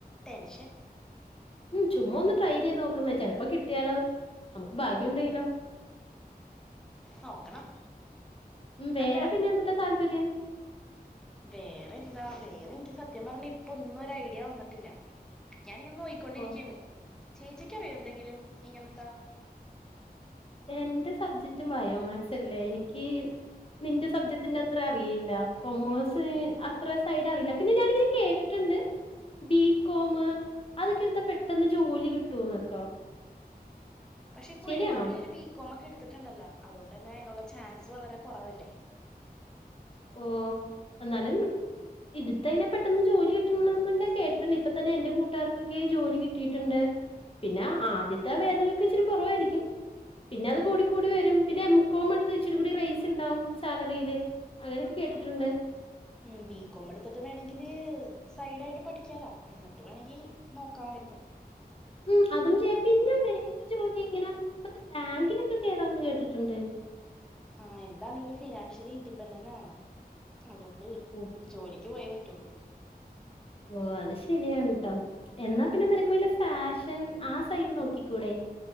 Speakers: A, in the centre; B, on the left.
A: ടെൻഷൻ.
B: ഉം ചുമ്മാ ഒന്ന് ട്രൈ ചെയ്ത് നോക്കുന്നേ ചെലപ്പോ കിട്ടിയാലോ? നമുക്ക് ഭാഗ്യം ഉണ്ടെങ്കിലോ
A: ഉം നോക്കണം.
B: ഉം വേറെ
A: അല്ല
B: പിന്നെന്തൂട്ടാ താല്പര്യം?
A: വേറെ എന്താ വേറെ എനിക്ക് സത്യം പറഞ്ഞ ഇപ്പൊ ഒന്നും ഒരു ഐഡിയ വന്നിട്ടില്ല ഞാനിങ്ങനെ നൊയ് ക്കോണ്ടിരിക്കാണ്
B: ഓ
A: ചേച്ചിക്കറിയോ എന്തെങ്കിലും ഇങ്ങനത്താ?
B: എന്റെ സബ്ജക്ടും ബയോമാതസ് അല്ലേ എനിക്ക് നിന്റെ സബ്ജക്ടിന്റെ ത്ര അറിയില്ല കൊമേഴ്സ് അത്ര സൈഡ് അറിയില്ല പിന്നെ ഞാനിങ്ങനെ കേട്ടിട്ടുണ്ട്. ബീകോം അതൊക്കെ എടുത്താ പെട്ടെന്ന് ജോലി കിട്ടൂന്നൊക്കെ.
A: പക്ഷെ ഇപ്പോരുപാട്
B: ശരിയാണോ
A: പേര് ബീകോം ഒക്കെ എടുത്തിട്ടുണ്ടല്ലോ അതുകൊണ്ട് തന്നെ അതിനുള്ള ചാൻസ് വളരെ കുറവല്ലേ.
B: ഉം എന്നാലും ഇടുത്തൈന പെട്ടെന്ന് ജോലി കിട്ടണംന്ന് എന്നൊക്കെ കേട്ടിട്ടുണ്ട്. ഇപ്പൊ തന്നെ എന്റെ കൂട്ടാർക്കൊക്കെ ജോലി കിട്ടീട്ട്ണ്ട്. പിന്നെ ആദ്യത്തെ വേദനൊക്കെ ഇച്ചിരി കൊറവായിരിക്കും. പിന്നെ അത് കൂടിക്കൂടി വരും പിന്നെ എം കോം മെടുത്ത ഇച്ചിരി കൂടി റൈസ് ണ്ടാവും സാലറിയില്. അങ്ങനെ ഒക്കെ കേട്ടിട്ടുണ്ട്
A: ഉം ബികോമെടുത്തിട്ട് വേണെങ്കില് സൈഡായിട്ട് പഠിക്കാലാ എന്നിട്ട് വേണങ്കി നോക്കാമായിരുന്നു.
B: ഉം അതും ചെയ്യ. പിന്നെ വേറ ജോലി ഇങ്ങന <inaudible> ബാങ്കിനൊക്കെ കേറാന്ന് കേട്ടിട്ടുണ്ട്.
A: ആഹ് എന്താണെങ്കിലും ഫിനാഷ്യലി ഇൻഡിപ്പെൻഡന്റ് ആവണം. അതോണ്ട്
B: ഓ
A: ജോലിക്ക് പോയേ പറ്റുള്ളൂ.
B: ഓ അത് ശരിയാണ് ട്ടോ. എന്നാ പിന്നെ നിനക്ക് വല്ല ഫാഷൻ ആ സൈഡ് നോക്കിക്കൂടെ?